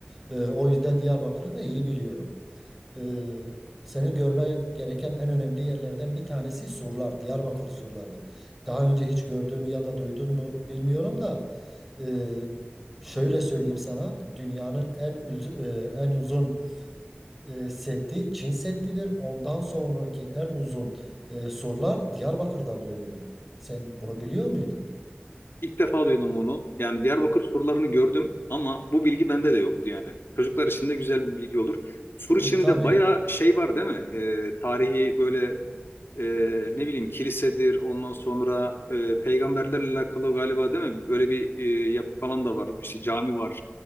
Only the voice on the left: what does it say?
İlk defa duydum bunu. Yani Diyarbakır surlarını gördüm ama bu bilgi bende de yoktu yani. Çocuklar için de güzel bir bilgi olur. Sur içinde
bayağı şey var değil mi? Ee, tarihi böyle e, ne bileyim kilisedir ondan sonra e, peygamberlerle alakalı galiba değil mi? Böyle bir e, yapı falan da var. İşte cami var